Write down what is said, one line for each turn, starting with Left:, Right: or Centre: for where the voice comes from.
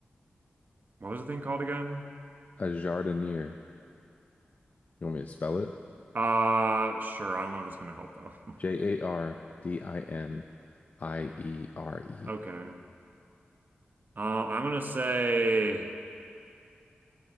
Right: What was the thing called again?
Left: A jardiniere. You want me to spell it?
Right: Uh, sure. I don't know if it's gonna help though. <laughs>
Left: J A R D I N I E R E.
Right: Okay. Uh, I'm gonna say I